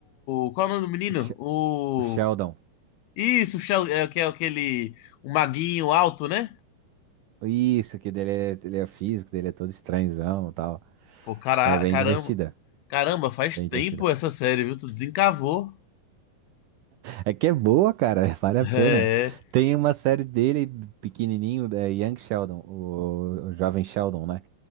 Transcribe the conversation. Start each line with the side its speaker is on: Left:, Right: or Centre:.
Left: o- Qual é o nome do menino?
Right: o, Sh-
Left: O.
Right: o Sheldon.
Left: Isso, o Shell- é, que é aquele. O maguinho alto, né?
Right: Isso, que dele é, ele é físico, dele é todo estranhão e tal.
Left: Pô, cara...
Right: É bem
Left: caramba.
Right: divertida,
Left: Caramba, faz
Right: bem
Left: tempo
Right: divertida.
Left: essa série, viu? Tu desencavou.
Right: É que é boa, cara, <laughs> vale a
Left: É.
Right: pena. Tem uma série dele pequenininho, da Young Sheldon, o, o jovem Sheldon, né?